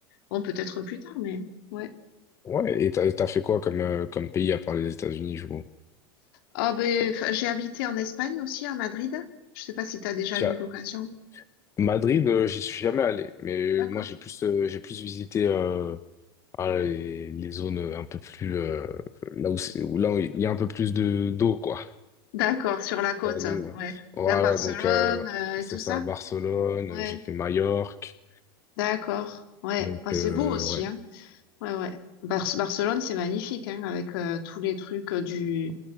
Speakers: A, on the left; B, on the left.
A: Bon, peut-être plus tard, mais ouais.
B: Ouais, et t'as, t'as fait quoi comme, euh, comme pays à part les États-Unis, je vois.
A: Ah ben, enfin, j'ai habité en Espagne aussi, à Madrid. Je sais pas si tu as déjà
B: Tiens,
A: eu l'occasion.
B: Madrid, euh, j'y suis jamais allé, mais
A: D'accord.
B: moi j'ai plus, euh, j'ai plus visité euh, ah, les, les zones euh, un peu plus euh, là où, c'est- où- là où il y a un peu plus de d'eau quoi.
A: D'accord, sur la côte.
B: Euh, donc euh,
A: Ouais.
B: voilà,
A: Vers Barcelone
B: donc euh,
A: euh,
B: c'est
A: et tout ça.
B: ça, Barcelone,
A: Ouais.
B: euh, j'ai fait Majorque,
A: D'accord. Ouais.
B: donc
A: Ah, c'est
B: euh,
A: beau aussi,
B: ouais,
A: hein. Ouais, ouais. Bar- Barcelone, c'est magnifique, hein, avec euh, tous les trucs euh, du